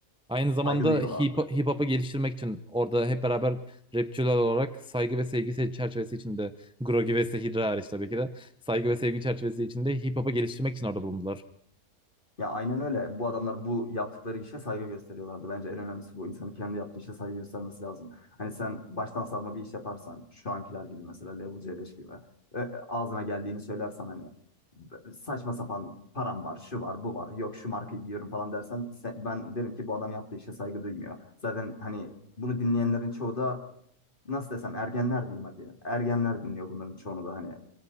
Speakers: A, in the centre; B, on the left.
A: Aynı zamanda
B: Saygı duyuyorlardı.
A: hip, hip hop'u geliştirmek için orada hep beraber rapçiler olarak saygı ve sevgi se- çerçevesi içinde Grogi ve Sehidra hariç tabii ki de saygı ve sevgi çerçevesi içinde hip hop'u geliştirmek için orada bulundular.
B: Ya aynen öyle. Bu adamlar bu yaptıkları işe saygı gösteriyorlardı. Bence en önemlisi bu. İnsanın kendi yaptığı işe saygı göstermesi lazım. Hani sen baştan savma bir iş yaparsan şu ankiler gibi mesela Level C5 gibi e, ağzına geldiğini söylersen hani b- saçma sapan param var, şu var, bu var, yok şu markayı giyiyorum falan dersen se- ben derim ki bu adam yaptığı işe saygı duymuyor. Zaten hani bunu dinleyenlerin çoğu da nasıl desem ergenler diyeyim hadi. Ergenler dinliyor bunların çoğunu da hani